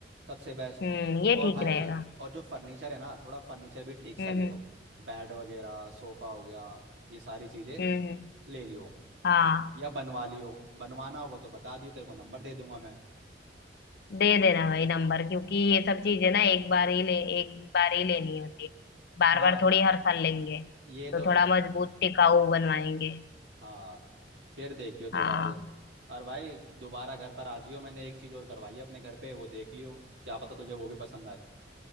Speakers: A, on the right (about 75°); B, on the left (about 60°).
A: सबसे बेस्ट
B: हम्म ये
A: और
B: ठीक
A: भाई
B: रहेगा
A: और जो फर्नीचर है ना थोड़ा फर्नीचर भी ठीक सा
B: हम्म
A: लियो
B: हम्म
A: बेड वगैरह सोफा हो गया ये सारी चीजें
B: हम्म, हम्म।
A: ले लियो
B: हाँ
A: या बनवा लियो बनवाना होगा तो बता दियो तेरे को नंबर दे दूंगा मैं
B: दे देना भाई नंबर क्योंकि ये सब चीजें ना एक बार ही ले एक बार ही लेनी होती है बार
A: हाँ
B: बार थोड़ी हर साल लेंगे
A: ये
B: तो
A: तो है
B: थोड़ा मजबूत टिकाऊ बनवाएंगे
A: हाँ फिर देखियो तो
B: हाँ
A: भाई और भाई दोबारा घर पर आ जियो मैंने एक चीज़ और करवाई है अपने घर पे वो देख लियो क्या पता तुझे वो भी पसंद आए